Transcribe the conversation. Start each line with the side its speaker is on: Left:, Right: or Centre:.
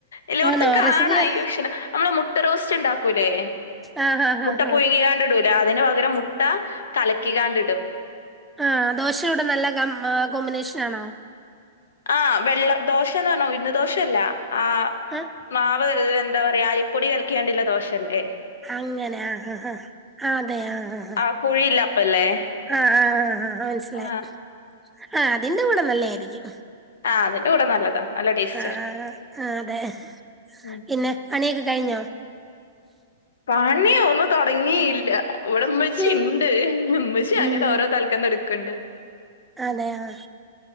Left: എല്ലോട്ത്തും
Centre: ആണോ
Left: കാണാ
Centre: റെസിപ്പി ആഹ്
Left: ഈ ഭക്ഷണം നമ്മളെ മു ട്ട റോസ്റ്റ് ണ്ടാക്കൂലേ
Centre: ആഹ് ആഹ്
Left: മുട്ട
Centre: ആഹ്
Left: പുഴങ്ങിക്കാണ്ടിടൂലേ അതിന് പകരം മുട്ട കലക്കികാണ്ട് ഇടും.
Centre: ആഹ് ദോശയൂടെ നല്ല കം ആഹ് കോമ്പിനേഷൻ ആണോ?
Left: ആഹ് വെള്ളം ദോശേന്ന് പറഞ്ഞാ ഉഴ്ന്ന് ദോശല്ല ആഹ്
Centre: അഹ്
Left: മാവ് എന്താ പറയാ അരിപ്പൊടി കലക്കിക്കാണ്ട് ഇള്ള ദോശെല്ലേ.
Centre: അങ്ങനെ ആഹ് ആഹ് ആഹ് അതെ ആഹ് ആഹ് ആഹ്.
Left: ആ കുഴിയില്ല അപ്പല്ലേ
Centre: ആഹ് ആഹ് ആഹ് ആഹ് മനസ്സിലായി
Left: ആ
Centre: ആഹ് അതിന്റെ കൂടെ നല്ലെയായിരിക്കും.
Left: ആഹ് അതിന്റെ കൂടെ നല്ലതാ. നല്ല ടേസ്റ്റ്
Centre: ആഹ് ആഹ് അതെ.
Left: ഉം
Centre: പിന്നെ, പണിയൊക്കെ കഴിഞ്ഞോ?
Left: പണി ഒന്നും തൊടങ്ങിയില്ല ഇവടെ ഇമ്മച്ചി
Centre: ഉം
Left: ഇണ് ട് ഇമ്മച്ചി അങ്ങനെ
Centre: ഉം
Left: ഓരോ തലക്കെന്ന് ഇട്ക്ണ്ട്.
Centre: അതെ ആഹ്